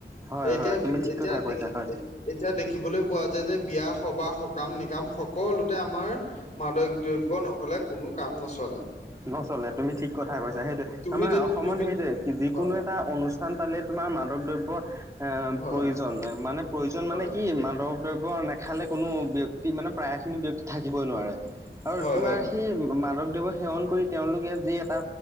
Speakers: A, on the right (about 15°); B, on the left (about 40°).
A: হয়
B: এতিয়া
A: হয় তুমি ঠিক
B: এতিয়া
A: কথা
B: দে
A: কৈছা হয়
B: এতিয়া দেখিবলৈ পোৱা যায় যে বিয়া সভা সকাম-নিকাম সকলোতে আমাৰ মাদক দ্ৰব্য নহ'লে কোনো কাম নচলে।
A: নচলে তুমি ঠিক কথা কৈছা সেইটোৱে।
B: তুমি
A: আমাৰ
B: যদি
A: অসমত
B: তুমি
A: সেইটো, যিকোনো
B: হয়
A: এটা অনুষ্ঠান পাতিলে তোমাৰ মাদক দ্ৰব্য এ
B: হয়
A: প্ৰয়োজন, মানে প্ৰয়োজন মানে
B: হয়
A: কি মাদক দ্ৰব্য খালে কোনো ব্যক্তি মানে প্ৰায় খিনি ব্যক্তি থাকিবই নোৱাৰে আৰু
B: হয়
A: তোমাৰ
B: হয়
A: সেই মাদক দ্ৰব্যৰ সেৱন কৰি তেওঁলোকে যি এটা